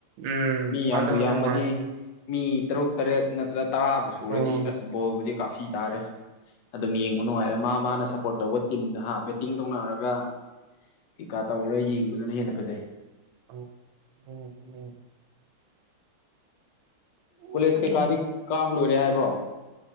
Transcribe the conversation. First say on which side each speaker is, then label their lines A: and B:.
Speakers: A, on the right; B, on the left.
A: ꯎꯝ
B: ꯃꯤ ꯌꯥꯝꯕꯨ
A: ꯑꯗꯨ
B: ꯌꯥꯝꯃꯗꯤ
A: ꯅꯨꯡꯉꯥꯏꯕꯅꯤ
B: ꯃꯤ ꯇꯔꯨꯛ ꯇꯔꯦꯠ ꯅꯠꯇ꯭ꯔ ꯇꯔꯥꯕꯨ ꯁꯨꯔꯗꯤ
A: ꯎꯝ
B: ꯑꯁ ꯕꯣꯜꯕꯨꯗꯤ ꯀꯥꯞꯐꯤ ꯇꯥꯔꯦ ꯑꯗꯨꯝ ꯌꯦꯡꯕ ꯅꯨꯡꯉꯥꯏꯔꯦ ꯃꯥ ꯃꯥꯅ ꯁꯞꯄꯣꯔꯠ ꯇꯧꯕ ꯇꯤꯝꯗ ꯍꯥ ꯕꯦꯠꯇꯤꯡ ꯇꯧꯅꯔꯒ ꯀꯩꯀꯥ ꯇꯧꯔ ꯌꯦꯡꯕꯗꯨꯅ ꯍꯦꯟꯅ ꯐꯖꯩ
A: ꯎ ꯎꯨꯝ ꯎꯨꯝ ꯎꯝ
B: ꯀꯣꯂꯦꯖ ꯀꯩꯀꯥꯗꯤ ꯀꯥꯕ ꯂꯣꯏꯔꯦ ꯍꯥꯏꯕ꯭ꯔꯣ